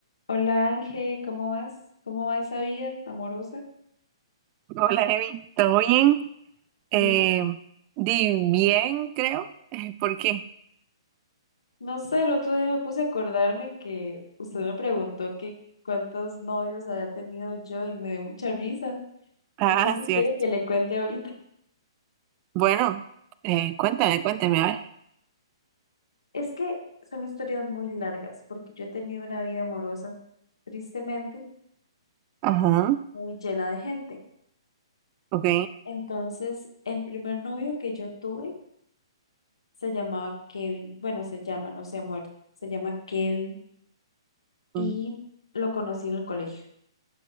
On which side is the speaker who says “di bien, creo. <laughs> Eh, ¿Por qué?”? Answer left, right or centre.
Right